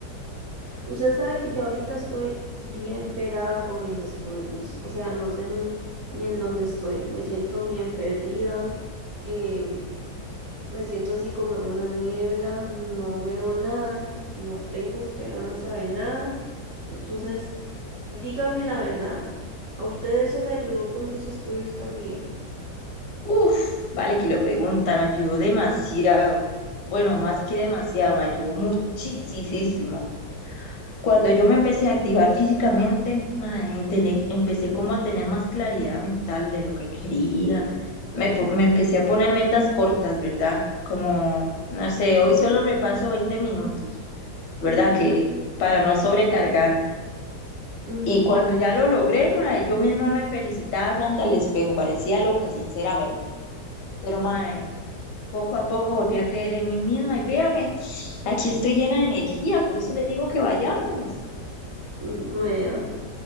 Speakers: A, on the right; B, on the left.
A: usted sabe que yo ahorita estoy bien pegada con mis estudios. O sea, no sé ni, ni en dónde estoy. Me siento bien perdida. em, me siento así como en una niebla. No veo nada. No tengo esperanza de nada. Entonces, dígame la verdad. ¿A usted eso le ayudó con sus estudios también?
B: Uf, vale que lo pregunta, me ayudó demasiado. Bueno, más que demasiado, me ayudó muchísimo. Cuando yo me empecé a activar físicamente, mae, en tener- empecé como a tener más claridad mental de lo que quería. Me, po- me empecé a poner metas cortas, ¿verdad? Como, no sé, hoy solo repaso 20 minutos, ¿verdad?
A: Mm,
B: Que para no sobrecargarme.
A: ujú.
B: Y cuando ya lo logré, mae, yo misma me felicitaba frente al espejo, parecía loca, sinceramente. Pero, mae. poco a poco volví a creer en mí misma y véame, aquí estoy llena de energía, por eso le digo que vayamos.
A: Vea.